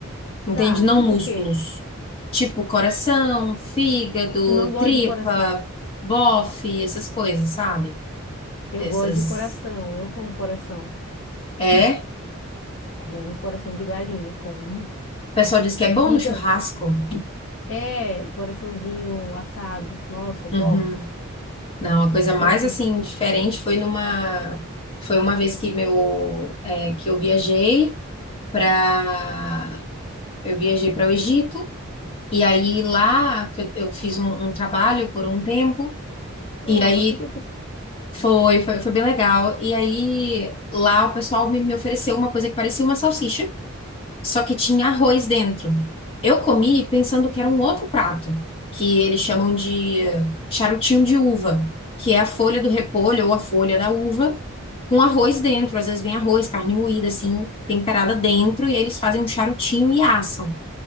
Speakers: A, on the left; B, on the left.
A: entende?
B: Tá,
A: Não
B: tipo
A: músculos.
B: o quê?
A: Tipo coração, fígado,
B: Tu não gosta
A: tripa,
B: de coração?
A: bofe, essas coisas, sabe?
B: Eu
A: Essas.
B: gosto de coração, eu como coração.
A: É.
B: Como coração de galinha, com
A: O pessoal diz que é bom
B: figa.
A: no churrasco.
B: É, coraçãozinho assado. Nossa,
A: Uhum.
B: top.
A: Não, a coisa
B: Eu
A: mais
B: com.
A: assim diferente foi numa foi uma vez que meu é, que eu viajei para eu viajei para o Egito e aí lá que eu, eu fiz um, um trabalho por um tempo
B: Nossa,
A: e aí
B: que triste.
A: foi, foi foi bem legal e aí lá o pessoal me, me ofereceu uma coisa que parecia uma salsicha só que tinha arroz dentro. Eu comi pensando que era um outro prato que eles chamam de charutinho de uva que é a folha do repolho ou a folha da uva com arroz dentro. Às vezes vem arroz, carne moída, assim, temperada dentro, e eles fazem um charutinho e assam.